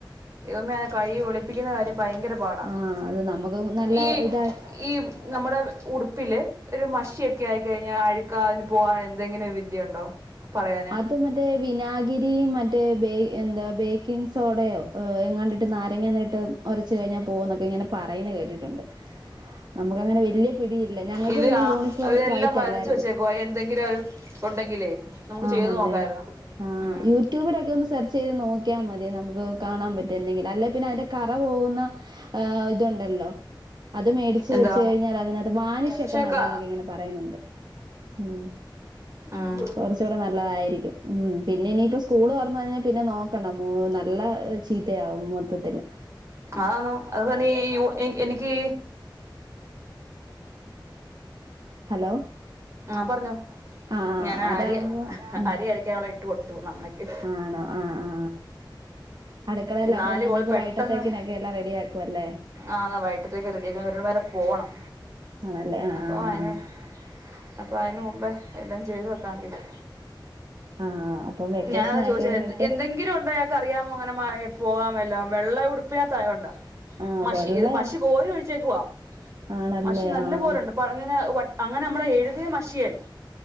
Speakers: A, on the right; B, on the right.
A: ഇതമേ കൈ ഒളിപ്പിക്കുന്ന കാര്യം ഭയങ്കര പാടാണ്
B: ആഹ് അത് നമുക്ക് നല്ല
A: ഈ
B: ഇതായിട്ട്
A: ഈ നമ്മുടെ ഉടുപ്പിൽ ഒരു മഷിയൊക്കെ ആയിക്കഴിഞ്ഞാൽ അഴുക്കാ അതിന് പോകാൻ എന്തെങ്കിലും വിദ്യയുണ്ടോ പറയാന്
B: അത് മ- മറ്റേ വിനാഗിരി മറ്റേ എന്താ ബേക്കിംഗ് സോഡയോ എങ്ങാണ്ടിട്ട് ഇട്ട് നാരങ്ങ നീട്ട് ഒരച്ച് കഴിഞ്ഞാൽ പോകുന്നൊക്കെ ഇങ്ങനെ പറയുന്ന കേട്ടിട്ടുണ്ട്. നമുക്ക് അങ്ങനെ വലിയ പിടിയില്ല ഞങ്ങൾക്ക്
A: ഇത്
B: പിന്നെ
A: ആ
B: യൂണിഫോം
A: ഇതെല്ലാം
B: വൈറ്റ് അല്ലായിരുന്നു
A: <inaudible> എന്തെങ്കിലും ഉണ്ടെങ്കിലേ നമുക്ക്
B: ആണല്ലേ
A: ചെയ്ത് നോക്കായിരുന്നു
B: ആ
A: ഉം
B: യൂട്യൂബിലൊക്കെ ഒന്ന് സെർച്ച് ചെയ്ത് നോക്കിയാൽ മതി നമുക്ക് കാണാൻ പറ്റും എന്തെങ്കിലും അല്ലെങ്കിൽ പിന്നെ അതിൻ്റെ കറ പോകുന്ന ഇതുണ്ടല്ലോ അത് മേടിച്ച്
A: എന്താ
B: വെച്ച് കഴിഞ്ഞാൽ അതിനകത്ത് വാനിശൊക്കെ
A: പക്ഷെ
B: ഒക്കെ നല്ലന്നൊക്കെ
A: ക
B: ഇങ്ങനെ പറയുന്നുണ്ട് ഉം
A: ഉം
B: കുറച്ച് കൂടെ നല്ലതായിരിക്കും ഉം പിന്നെ ഇനിയിപ്പോ സ്കൂൾ തുറന്ന കഴിഞ്ഞാൽ പിന്നെ നോക്കണ്ട നല്ല ചീത്തയാവും മൊത്തത്തിൽ
A: ആന്നു അതന്നേയൂ എ എനിക്ക്
B: ഹലോ
A: ആ പറഞ്ഞോ
B: ആഹ്
A: ഞാൻ അരി
B: അതാവുമ്പോ ഉം
A: അരി അരക്കാൻ ഉള്ളത് ഇട്ട് കൊടുത്തിട്ട് പോന്നാമ്മയ്ക്ക്
B: ആണോ ആ ആ അടുക്കളയിൽ അപ്പം
A: നാല്
B: ഇനിയിപ്പോ
A: കോള് പെട്ടെന്ന്
B: വൈകിട്ടത്തേനൊക്കെ എല്ലാം റെഡിയാക്കും അല്ലേ
A: ആ വൈകിട്ടത്തേക്ക് റെഡി ആക്കാൻ ഒരു ടംവരെ പോണം.
B: ആണല്ലേ ആ
A: അപ്പൊ അതിന്
B: ആ
A: അപ്പൊ അതിന് മുമ്പേ എല്ലാം ചെയ്തു വെയ്ക്കാം കരുതി
B: ആഹ് അപ്പം വെക്കേഷനൊക്കെ
A: ഞാൻ അതാ ചോദിച്ചാ
B: ആയിട്ട്
A: എന്ത് എന്തെങ്കിലും ങ്കിരു ഉണ്ടായാ ക്കറിയാമോങ്ങനെ മായാ പോകാമെല്ലാം വെള്ള ഉടുപ്പിനാത്തായോണ്ടാ
B: ആഹ്
A: മഷി
B: വെള്ളയാ
A: ഇത് മഷി കോരി ഒഴിച്ചേക്കുവാ
B: ആണല്ലേ
A: മഷി നല്ല
B: ആഹ്
A: പോലെയുണ്ട് <inaudible> അങ്ങനെ നമ്മൾ എഴുതിയ മഷിയല്ല